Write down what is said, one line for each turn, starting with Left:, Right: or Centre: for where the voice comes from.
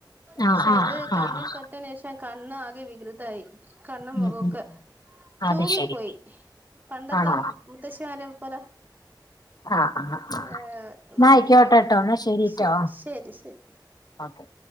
Right: പക്ഷെ
Left: ആഹ് ആഹ്
Right: അത് കണ്ണിൽ
Left: ആഹ്
Right: തൊട്ടേനേഷം ആ കണ്ണ് ആകെ വികൃതായി കണ്ണ്
Left: ഉം
Right: മുഖക്കെ.
Left: ഉം
Right: തൂങ്ങിപ്പോയി
Left: അത് ശരി
Right: പണ്ടത്തെ
Left: ആണോ
Right: മു മുത്തശ്ശിമാരെ പോലെ.
Left: ആഹ് ആഹ് ആഹ്
Right: ഏഹ്
Left: എന്നാ ആയിക്കോട്ടെട്ടോ
Right: ഏഹ്
Left: എന്നാ ശരിട്ടോ
Right: ശ് ശരി ശരി.
Left: ഓക്കെ.